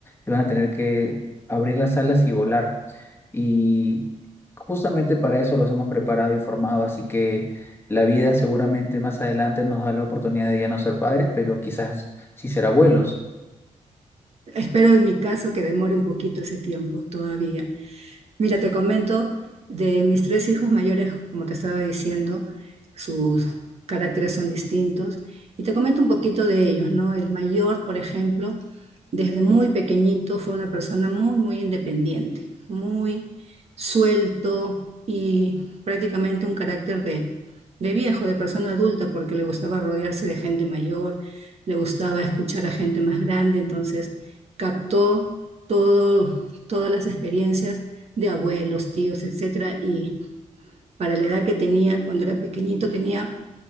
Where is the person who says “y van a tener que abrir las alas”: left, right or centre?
Left